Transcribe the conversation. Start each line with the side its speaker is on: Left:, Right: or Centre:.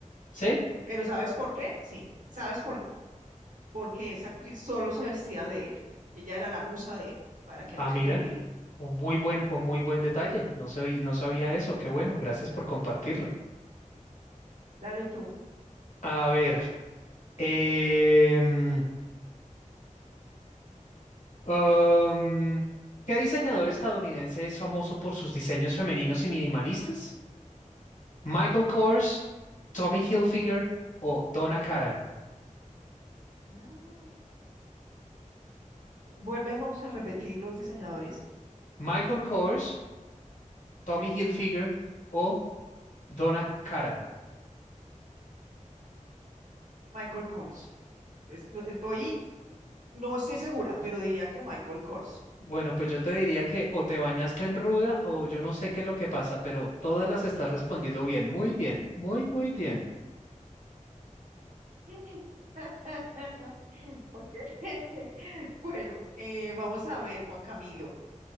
Left: ¿Sí?
Right: Pero ¿sabes por qué? Sí, ¿sabes por qué? Porque esa actriz solo se vestía de él. Ella era la musa de él, para que
Left: Ah,
Right: no
Left: mira,
Right: se te olvide.
Left: un muy buen, un muy buen detalle. No soy, no sabía
Right: Así
Left: eso.
Right: es.
Left: Qué bueno, gracias por compartirlo.
Right: Dale tú.
Left: A ver, em, um, ¿qué diseñador estadounidense es famoso por sus diseños femeninos y minimalistas? Michael Kors, Tommy Hilfiger o Donna Karan.
Right: Ah, Vuélvenos a repetir los diseñadores.
Left: Michael Kors, Tommy Hilfiger o Donna Karan.
Right: Michael Kors. Es- no, Estoy, no estoy segura, pero diría que Michael Kors.
Left: Bueno, pues yo te diría que o te bañaste en ruda o yo no sé qué es lo que pasa, pero todas las estás respondiendo bien, muy bien, muy, muy bien.
Right: <laughs> Ok. <laughs> Bueno, eh, vamos a ver, Juan Camilo.